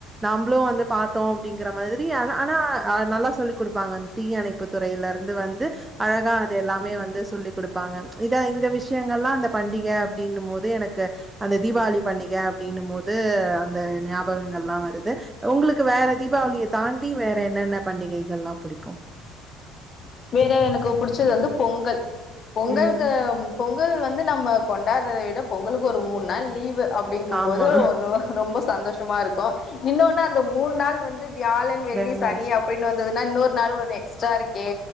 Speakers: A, on the right; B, on the left.
A: நம்புளு வந்து பாத்தோ அப்டிங்கற மாதிரி அ ஆனா நல்லா சொல்லி் குடுப்பாங்க அந்த தீயணைப்பு துறையிலருந்து வந்து அழகா அது எல்லாமே வந்து சொல்லி் குடுப்பாங்க இத இந்த விஷ்யங்கள்லா அந்த பண்டிக அப்டினும்போது எனக்கு அந்த தீபாவளி பண்டிக அப்டினும்போ து அந்த ஞாபகங்கள்லா வருது உங்களுக்கு வேற தீபாவளிய தாண்டி வேற என்னென்ன பண்டிகைகள்லா புடிக்கு
B: வேற எனக்கு புடிச்சது வந்து பொங்கல் பொங்கல்க்கு
A: ம்
B: பொங்கல் வந்து நம்ம கொண்டாடுறத விட பொங்கலுக்கு ஒரு மூணு நாள் லீவு அப்டிங்கம்போது
A: ஆமா
B: ஒரு ரொம்ப சந்தோஷமா இருக்கு இன்னொன்னு அந் த மூணு நாள் வந்து வியாழன் வெள்ளி
A: வேல
B: சனி அப்டின்னு வந்ததுனா இன்னொரு நாளு ஒன்னு எக்ஸ்ட்ரா இருக்கே